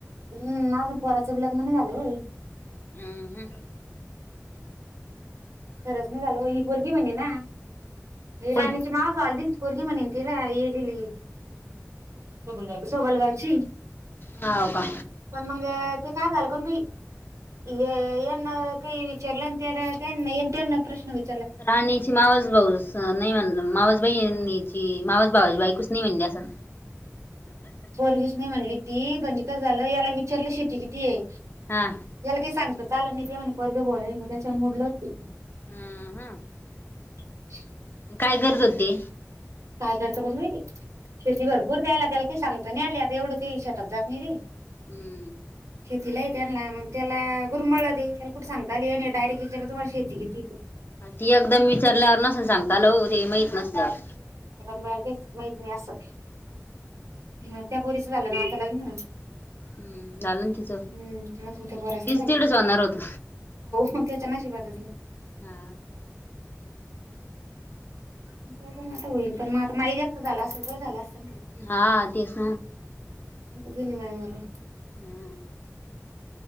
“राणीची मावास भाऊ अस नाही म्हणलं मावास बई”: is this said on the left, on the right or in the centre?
Left